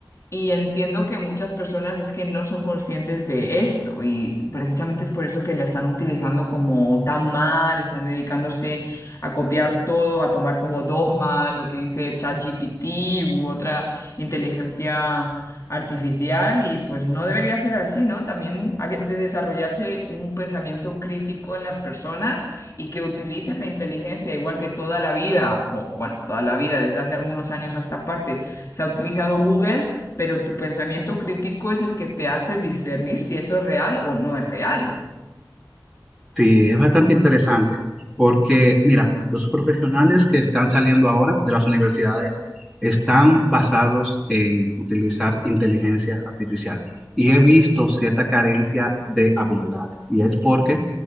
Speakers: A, on the left (about 45°); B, in the centre.
A: y entiendo que muchas personas es que no son conscientes de esto y precisamente es por eso que la están utilizando como tan mal, están dedicándose a copiar todo, a tomar como dogma lo que dice ChatGPT u otra inteligencia artificial y pues no debería ser así, ¿no? También ha que- de desarrollarse un pensamiento crítico en las personas y que utilicen la inteligencia igual que toda la vida, o bueno, toda la vida, desde hace algunos años a esta parte, se ha utilizado Google, pero tu pensamiento crítico es el que te hace discernir si eso es real o no es real.
B: Sí, es bastante interesante porque, mira, los profesionales que están saliendo ahora de las universidades están basados en utilizar inteligencia artificial y he visto cierta carencia de habilidades y es porque